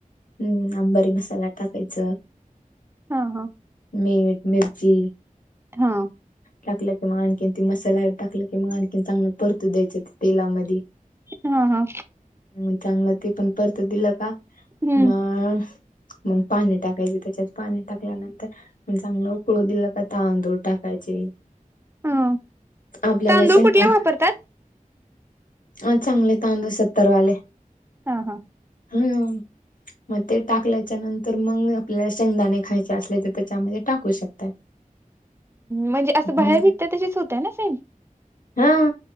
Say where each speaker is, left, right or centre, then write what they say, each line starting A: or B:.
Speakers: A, on the left (about 70°); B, on the right (about 15°).
A: हम् अंबारी मसाला टाकायच.
B: हा हा.
A: मीठ, मिर्ची
B: <inaudible> हा.
A: टाकलं की, मग आणखीन ते मसाला टाकलं की, मग आणखीन चांगलं परतू द्यायचं तेलामध्ये.
B: हा हा.
A: हम् चांगलं ते पण परतु दिलं का,
B: हम्म
A: मग मग पाणी टाकायचे त्याच्यात पाणी टाकल्यानंतर, म चांगलं उकळून दिलं का तांदूळ टाकायचे.
B: हा
A: आपल्याला
B: तांदूळ
A: शंका.
B: कुठला वापरतात?
A: हा चांगले तांदूळ सत्तरवाले.
B: हा हा.
A: हम्. मग ते टाकल्याच्या नंतर मग आपल्याला शेंगदाणे खायचे असले तर, त्याच्यामध्ये टाकू शकतात.
B: म्हणजे असं
A: हम्म
B: बाहेर विकतय तशीच होतं ना सेम?
A: हा.